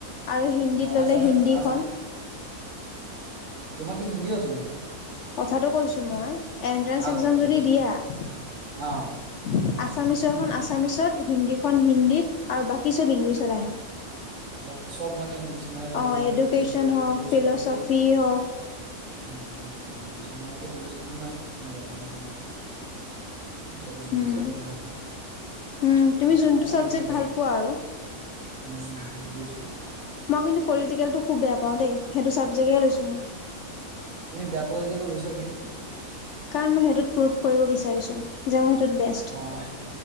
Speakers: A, on the left (about 65°); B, on the right (about 55°).
A: আৰু হিন্দীত
B: অ',
A: ল'লে
B: আছামি
A: হিন্দীখন।
B: আছাম তোমাৰ কি হিন্দীও আছে নেকি?
A: কথাটো কৈছো মই এনট্ৰেন্স
B: আ,
A: একজাম
B: কথাটো
A: যদি
B: কৈছা
A: দিয়া।
B: অ'।
A: আছামিছখন আছামিছত হিন্দীখন হিন্দীত আৰু বাকী চব ইংলিছত আহে।
B: বাকী চব মানে ইংলিছ মানে ধৰি
A: অ',
B: লওক তোমাৰ
A: এডুকেশ্যন
B: পলিটিকেল
A: হওক,
B: ফিল'চফি।
A: হওক,
B: উম, উম বুজিছো মই আকৌ ফিল'চফিৰ না মই জানো মানে। চব ইংলিছ
A: উম।
B: আহিব মানে
A: উম, তুমি
B: মোৰ
A: যোনটো
B: মানে
A: চাবজেক্ট
B: এইবাৰ
A: ভাল পোৱা আৰু।
B: উম, বুজিছো।
A: মই কিন্তু পলিটিকেলটো খুব বেয়া পাওঁ দেই সেইটো চাবজেক্ট এ লৈছো মই।
B: তুমি বেয়া পোৱা যদি আকৌ লৈছা কিয়?
A: কাৰণ মই সেইটোত প্ৰোভ কৰিব বিচাৰিছোঁ। যে মই সেইটোত বেষ্ট।
B: অ',